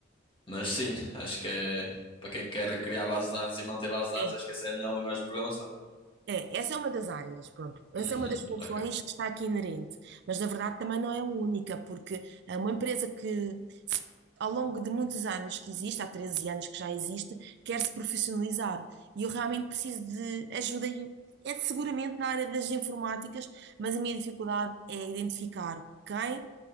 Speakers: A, on the left; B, on the right.
A: Mas sim, acho que é para quem quer criar base de dados e manter base de dados,
B: É.
A: acho que essa é a melhor linguagem de programação.
B: É, essa é uma das áreas, pronto. Essa
A: Uhum,
B: é uma das funções
A: ok.
B: que está aqui inerente, mas na verdade também não é a única, porque eh, uma empresa que ao longo de muitos anos que existe, há 13 anos que já existe, quer-se profissionalizar. E eu realmente preciso de ajuda, e eu- é seguramente na área das informáticas, mas a minha dificuldade é identificar quem